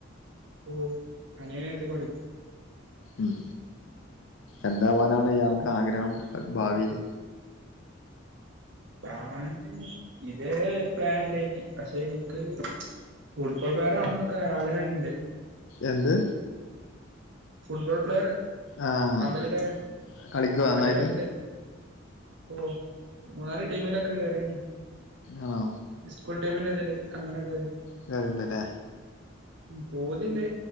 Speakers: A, on the right; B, on the left.
A: ഉം അനിയൻ അനിയത്യൊക്കെ പടിക്കും
B: ഉം എന്താവാനാണ് ഇയാൾക്കാഗ്രഹം ഭാവീല്
A: പ്ലാന് ഇതേവരെ ഒര് പ്ലാൻ ണ്ടായിന് പക്ഷെ എനിക്ക് ഫുട് ബോൾ പ്ലയർ ആവണോന്നൊക്കെ ഒരാഗ്രഹണ്ട്
B: എന്ത്
A: ഫുട്ബോൾ പ്ലെയറ്
B: ആഹ്
A: പന്തളിക്കാരൻ
B: കളിക്കോ നന്നായിട്ട്
A: ആഗ്രഹണ്ട് ഓ വേറി ടീമിലൊക്കെ കേറീനി
B: ആഹ്
A: സ്കൂൾ ടൈമിന്റിതില് അങ്ങനെ തില്
B: കേറിണ്ടില്ലേ
A: പൂതിണ്ട്